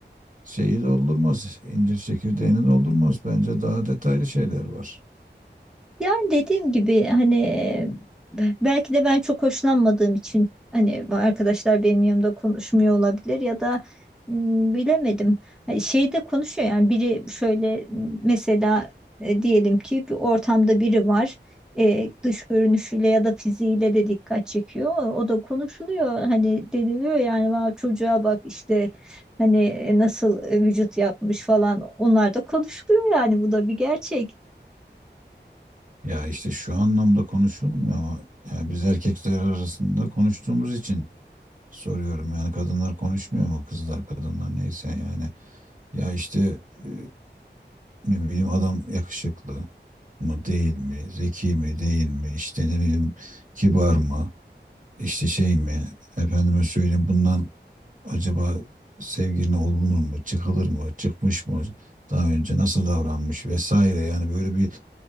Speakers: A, on the right; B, in the centre.
A: şeyi doldurmaz. incir çekirdeğini doldurmaz. Bence daha detaylı şeyler var.
B: Yani dediğim gibi hani e, belki de ben çok hoşlanmadığım için hani bu arkadaşlar benim yanımda konuşmuyor olabilir ya da m, bilemedim. Hani şeyde konuşuyor yani biri şöyle m, mesela e, diyelim ki bir ortamda biri var. E, dış görünüşüyle ya da fiziğiyle de dikkat çekiyor. O da konuşuluyor hani deniliyor yani "Vav, çocuğa bak işte hani e, nasıl e, vücut yapmış falan onlar da konuşuluyor yani bu da bir gerçek.
A: Ya işte şu anlamda konuşulmuyor ama ya biz erkekler arasında konuştuğumuz için soruyorum. Yani kadınlar konuşmuyor mu? Kızlar, kadınlar neyse yani. Ya işte e, ne bileyim adam yakışıklı mı değil mi? Zeki mi değil mi? İşte ne bileyim kibar mı? İşte şey mi? Efendime söyleyeyim bundan acaba sevgiline olunur mu? Çıkılır mı? Çıkmış mı? Daha önce nasıl davranmış vesaire yani böyle bir